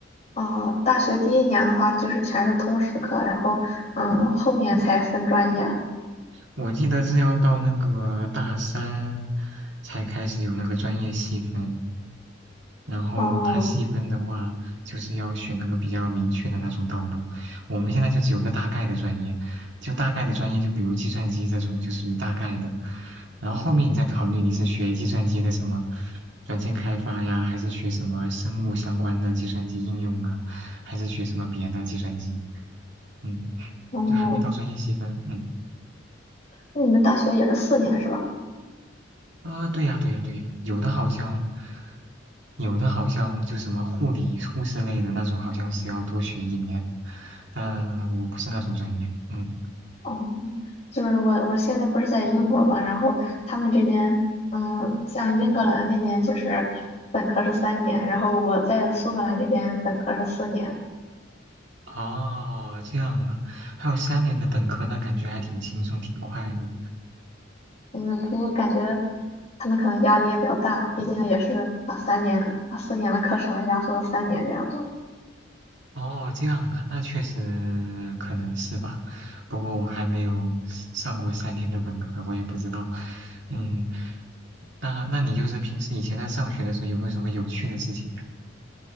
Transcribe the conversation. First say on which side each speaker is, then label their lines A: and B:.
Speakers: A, on the left; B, on the right.
A: 哦，大学第一年的话，就是全是通识课，然后嗯，后面才分专业。
B: 我记得是要到那个大三才开始有那个专业细分，然后它细分的话，
A: 哦
B: 就是要选那个比较明确的那种道路。我们现在就只有个大概的专业，就大概的专业，就比如计算机这种，就属于大概的。然后后面你再考虑你是学计算机的什么软件开发呀，还是学什么生物相关的计算机应用啊，还是学什么别的计算机？嗯，
A: 哦，
B: 就还没到专业细分。嗯。
A: 那你们大学也是四年是吧？
B: 啊，对呀，对呀，对呀，有的好像，有的好像就什么护理、护士类的那种，好像是要多学一年，但我不是那种专业，嗯，
A: 哦，就是我我现在不是在英国嘛，然后他们这边嗯，像英格兰那边就是本科是三年，然后我在苏格兰这边本科是四年。
B: 哦，这样啊，还有三年的本科，那感觉还挺轻松，挺快的。
A: 嗯，不过感觉他们可能压力也比较大，毕竟也是把三年把四年的课程压缩到三年这样。子。
B: 哦，这样啊，那确实可能是吧，不过我还没有上过三年的本科，我也不知道，嗯，那那你就是平时以前在上学的时候有没有什么有趣的事情呀？